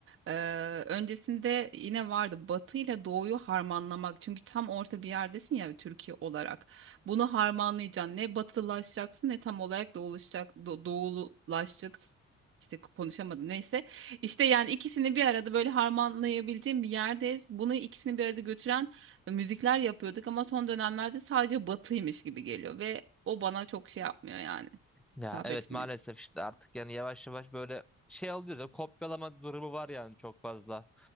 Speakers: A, on the right; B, in the centre.
A: Ee, öncesinde yine vardı Batı ile Doğu'yu harmanlamak. Çünkü tam orta bir yerdesin ya Türkiye olarak. Bunu harmanlayacaksın. Ne batılaşacaksın ne tam olarak doğulaşacak, do- doğululaşacaksın. İşte konuşamadım. Neyse. İşte yani ikisini bir arada böyle harmanlayabileceğim bir yerdeyiz. Bunu ikisini bir arada götüren e, müzikler yapıyorduk ama son dönemlerde sadece batıymış gibi geliyor ve o bana çok şey yapmıyor yani
B: Ya
A: hitap
B: evet
A: etmiyor.
B: maalesef işte artık yani yavaş yavaş böyle şey oluyor ya kopyalama durumu var yani çok fazla.